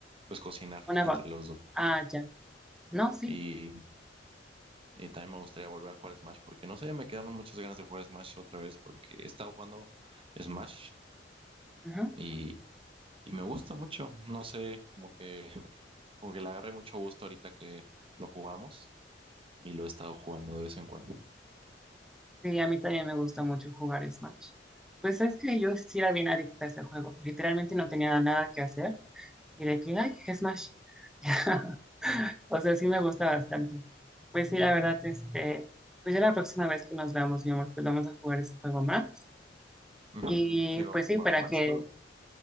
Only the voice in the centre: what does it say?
Una
va.
Ah, ya. No, sí.
Ujú.
Sí, a mí también me gusta mucho jugar Smash. Pues es que yo sí era bien adicta a ese juego. Literalmente no tenía nada que hacer. Y de que, ay, Smash. <laughs> O sea, sí me gusta bastante. Pues sí, la verdad, este, pues ya la próxima vez que nos veamos, mi amor, pues vamos a jugar ese juego más.
Y
pues
sí,
para
que